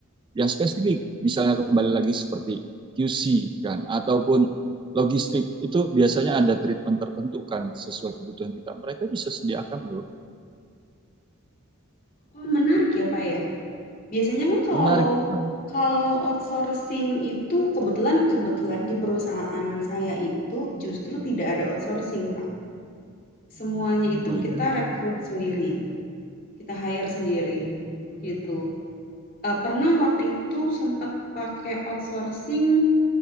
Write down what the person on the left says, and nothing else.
Oh, menarik ya, Pak, ya. Biasanya kan kalau
kalau outsourcing itu kebetulan kebetulan di perusahaan saya itu justru tidak ada outsourcing, Pak. Semuanya itu
kita rekrut sendiri, kita hire sendiri, gitu. Eee, pernah waktu itu sempat pakai outsourcing